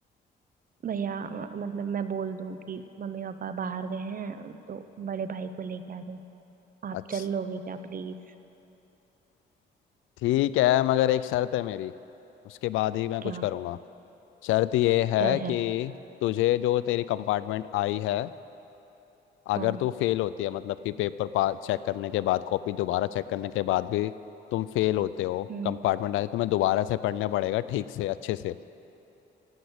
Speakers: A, on the right; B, on the left.
A: भैया म- मतलब मैं बोल दूं कि मम्मी पापा बाहर गए हैं तो बड़े भाई को लेके आ जाओ आप
B: अच्छा
A: चल लोगे क्या प्लीज
B: ठीक है मगर एक शर्त है मेरी उसके बाद ही मैं
A: क्या
B: कुछ करूँगा शर्त ये है
A: क्या
B: कि
A: शर्त
B: तुझे जो तेरी कंपार्टमेंट आई है अगर
A: हाँ
B: तू फेल होती है मतलब कि पेपर पा चेक करने के बाद कॉपी दोबारा चेक करने के बाद भी तुम फेल होते हो
A: हम्म
B: कंपार्टमेंट आए तुम्हें दोबारा से पढ़ना पड़ेगा ठीक से अच्छे से